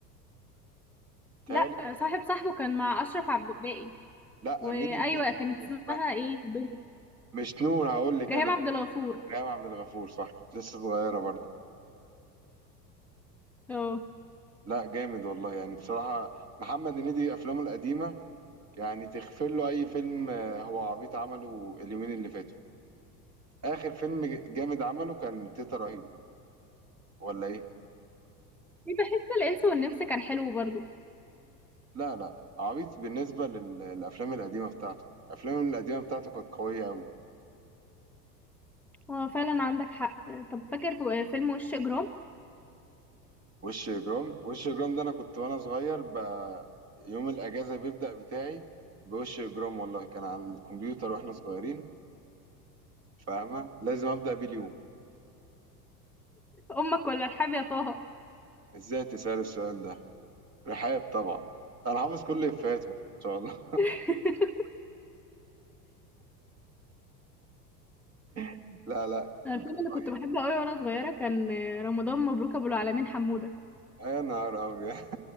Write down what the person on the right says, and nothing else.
تهيألي
لا
مين البنت اللي
كان بيحبها
مش نور هقول لك
أنا البنت
ريهام عبد الغفور صح كانت لسه صغيرة برضه
لا جامد والله يعني بصراحة محمد هنيدي أفلامه القديمة يعني تغفر له أي فيلم آه، هو عبيط عمله اليومين اللي فاتوا آخر فيلم جامد عمله كان تيتا رهيب ولا إيه؟
لا لا عبيط بالنسبة لل- للأفلام القديمة بتاعته الأفلام القديمة بتاعته كانت قوية أوي
وش إجرام وش إجرام ده أنا كنت وأنا صغير ب... يوم الأجازة بيبدأ بتاعي بوش إجرام والله كان على الكمبيوتر وإحنا صغيرين فاهمة؟ لازم أبدأ بيه اليوم
إزاي تسأل السؤال ده؟ رحاب طبعا انا حافظ كل افيهاته ان شاء الله
<laughs> لا لا
كان
كان
رهيب
يا نهار ابيض